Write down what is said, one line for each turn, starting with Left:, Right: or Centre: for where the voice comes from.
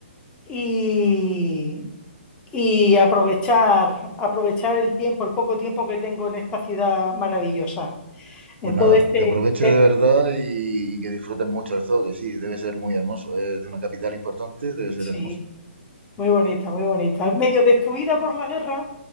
Left: y y aprovechar, aprovechar el tiempo, el poco tiempo que tengo en esta ciudad maravillosa. Entonces,
Right: Pues nada,
Left: te,
Right: que aproveche
Left: te-
Right: de verdad y, y que disfruten mucho el zoo, que sí, debe ser muy hermoso. Es de una capital importante, debe ser
Left: sí,
Right: hermoso.
Left: muy bonita, muy bonita. Medio destruida por la guerra,